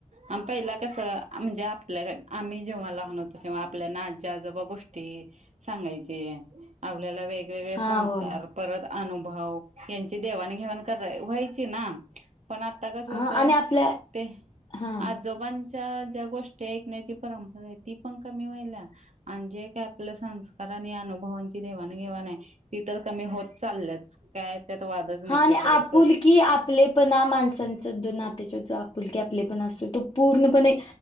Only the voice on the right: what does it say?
आम पहिला कस म्हणजे आपल्या आम्ही जेव्हा लहान होतो तें्हा आपल्या ना्याजोबा गोष्टी सांगायचे आपल्याला वेग वेगवेगळे
संस्कार
परत अनुभव यांची देवाणघेवाण करा व्हायची ना. पण आता कस होतय
ते
आज जो पण गोष्टी ऐण्याची परपरा आहे ती पण क व्हा का आप संकार अनुभवांची देवाण घेवाण ती तर कमी होत चालल काय? त्यात वादच नाही
ते सगळं